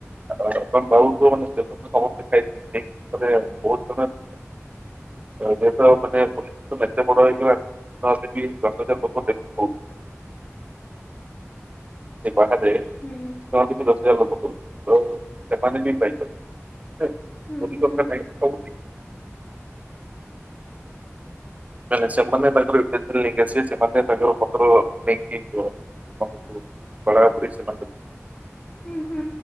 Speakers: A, on the right (about 30°); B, on the left (about 30°).
A: ଆ ହଁ ତମେ ବୋହୁତ ମାନେ ଷ୍ଟେସନରୁ ତମୁ <unintelligible> ତମେ ବୋହୁ <unintelligible> ଆମେ ତ ଏପଟେ ତମେ ଏତେ ବଡ ହେଇଗଲାଣି ଭାବିଥିଲି ଦଶ ହଜାର <unintelligible> ସେ ବାହାରେ
B: ହୁଁ
A: ବାହାରେ ବି ଦଶହଜାର <unintelligible> ତ ସେମାନେ ବି ପାଇପାରବେ। ହେ ମୋଦି
B: ହୁଁ ହୁଁ।
A: ସରକାର ପାଇଁ ସବୁଠି ନାଇଁ ନାଇଁ ସେମାନେ ତାଙ୍କର ଏକାଥରେ ନେଇକି ଆସିବେ ସେମାନେ ତାଙ୍କର ପତ୍ର ନେଇକି <unintelligible> ପଢାପୁଢି ସେମାନେ ଯ
B: ଉଁ ହୁଁ